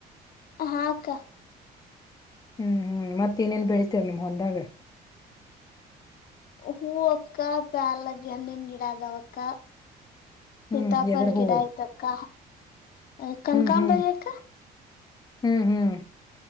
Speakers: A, on the left (about 60°); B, on the left (about 20°).
A: ಹಾ ಅಕ್ಕಾ
B: ಹ್ಮ್ ಹ್ಮ್ ಮತ್ತಿನೇನ್ ಬೆಳಿತೇರ್ ನಿಮ್ಹೊಲ್ದಾಗ.
A: ಹೂವಕ್ಕ ಪ್ಯಾರ್ಲಗೆಂನಿನ ಗಿಡ ಆದವಕ್ಕ. ಸೀತಾಪಲ್
B: ಹ್ಮ್ ಎದರ್ ಹೂವು
A: ಗಿಡಾಯ್ತಕ್ಕ. ಅ ಕನಕಾಂಬರಿ
B: ಹ್ಮ್ ಹ್ಮ್
A: ಅಕ್ಕ
B: ಹ್ಮ್ ಹ್ಮ್